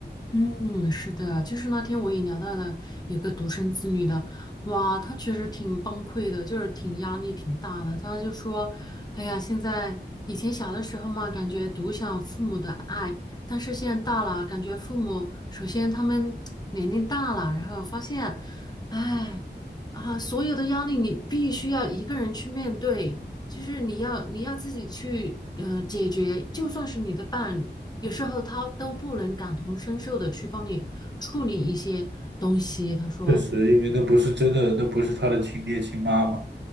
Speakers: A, on the left; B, on the right.
A: 嗯，是的，就是那天我也聊到了有个独生子女的，哇，他确实挺崩溃的，就是挺压力挺大的。他就说，哎呀，现在以前小的时候嘛，感觉独享父母的爱，但是现在大了，感觉父母首先他们 <tsk> 年龄大了，然后发现，哎，啊，所有的压力你必须要一个人去面对，就是你要你要自己去呃解决，就算是你的伴侣。有时候他都不能感同身受的去帮你处理一些东西。他说，
B: 确实，因为那不是真的，那不是他的亲爹亲妈嘛。